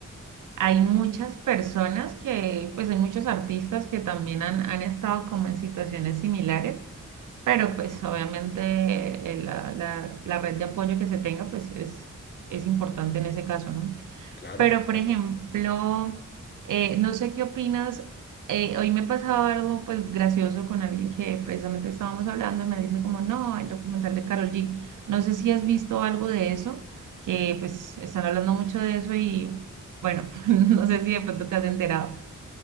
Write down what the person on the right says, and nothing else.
hay muchas personas que, pues hay muchos artistas que también han, han estado como en situaciones similares Pero pues obviamente eh, la, la- la red de apoyo que se tenga pues es, es importante en ese caso, ¿no?
Pero
por ejemplo, eh, no sé qué opinas, eh, hoy me pasaba algo pues gracioso con alguien que precisamente estábamos hablando y me dice como, no, el documental de Karol G, no sé si has visto algo de eso, que pues están hablando mucho de eso y bueno, <laughs> no sé si de pronto te has enterado.